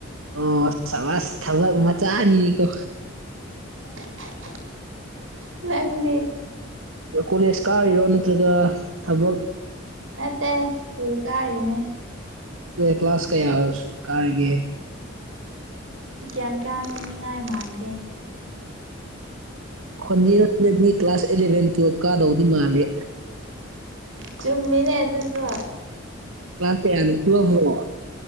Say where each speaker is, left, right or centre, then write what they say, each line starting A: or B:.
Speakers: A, on the right; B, on the right.
A: ꯑꯣ ꯁꯕꯥꯁ ꯊꯕꯛ ꯃꯆꯥꯅꯤꯀꯣ
B: <unintelligible> ꯅꯪ
A: ꯀꯣꯂꯦꯖ ꯀꯥꯔꯤꯔꯣ ꯅꯠꯇ꯭ꯔꯒ ꯊꯕꯛ
B: ꯅꯠꯇꯦ ꯁ꯭ꯀꯨꯜ ꯀꯥꯔꯤꯅꯦ
A: ꯀꯔꯤ ꯀ꯭ꯂꯥꯁ ꯀꯌꯥ ꯀꯥꯔꯤꯒꯦ
B: ꯀꯌꯥ ꯀꯌꯥꯅꯤꯉꯥꯏ ꯃꯥꯥꯟꯒꯦ
A: ꯈꯣꯟꯖꯦꯜꯗꯥꯗꯤ ꯀ꯭ꯂꯥꯁ ꯏꯂꯚꯦꯟ ꯇꯨꯌꯦꯜꯞ ꯀꯥꯗꯧꯗꯤ ꯃꯥꯜꯂꯦ
B: ꯆꯨꯝꯃꯤꯅꯦ ꯑꯗꯨꯁꯨ
A: ꯀ꯭ꯂꯥꯁ ꯀꯥꯌꯅꯣ ꯇꯨꯌꯦꯜꯞ ꯂꯣ